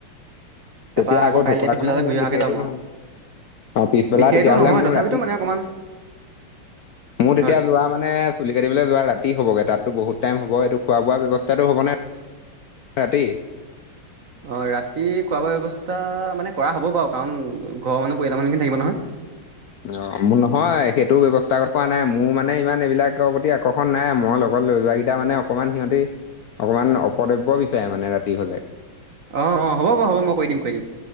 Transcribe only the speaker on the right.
তাৰপৰা
আকৌ কাইলৈ
পিছবেলালে
ঘূৰি অহাকৈ
যাম আৰু
বিশেষটো
নহয়
তথাপিতো
মানে অকণমান
হয়
অ ৰাতি খোৱা বোৱা ব্যৱস্থা মানে কৰা হ'ব বাও কাৰণ ঘৰ মানুহ পৰিয়ালৰ মানুহখিনি থাকিব নহয়।
অ অ হ'ব বাও হ'ব মই কৈ দিম কৈ দিম